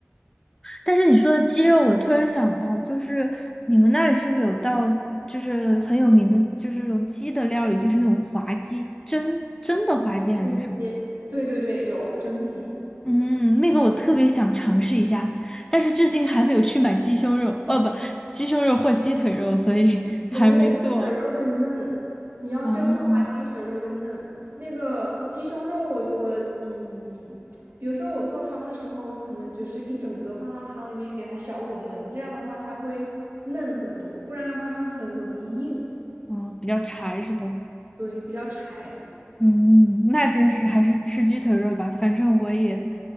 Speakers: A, on the left (about 15°); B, on the right (about 55°).
A: 但是你说的鸡肉，我突然想到，就是你们那里是不是有道就是很有名的，就是那种鸡的料理，就是那种滑鸡，蒸蒸的滑鸡还是什么？
B: 嗯，也对对对，有蒸鸡。
A: 嗯，那个我特别想尝试一下，但是至今还没有去买鸡胸肉，哦不，鸡胸肉或鸡腿肉，所以 <laughs>
B: 我觉得鸡腿肉更嫩，
A: 还没做。
B: 你要蒸的话，
A: 哦
B: 鸡腿肉更嫩。那个鸡胸肉我，我嗯，比如说我做汤的时候，我可能就是一整个放到汤里面给它小火焖，这样的话它会嫩很多，不然的话它很容易硬，
A: 哦，比较柴是吧？
B: 对，比较柴。
A: 嗯，那真是还是吃鸡腿肉吧，反正我也